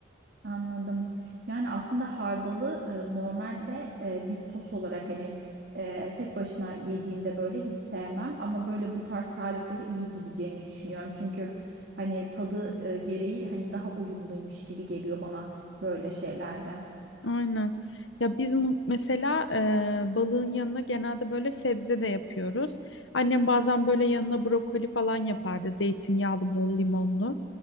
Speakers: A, on the right (about 60°); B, on the left (about 80°).
A: Anladım. Yani aslında hardalı e, normalde e, bir sos olarak hani e, tek başına yediğimde böyle hiç sevmem. Ama böyle bu tarz tarifleri iyi gideceğini düşünüyorum. Çünkü hani tadı e, gereği hani daha uyumluymuş gibi geliyor bana böyle şeylerde.
B: Aynen. Ya biz mu- mesela e, balığın yanına genelde böyle sebze de yapıyoruz. Annem bazen böyle yanına brokoli falan yapardı. Zeytinyağlı, bol limonlu.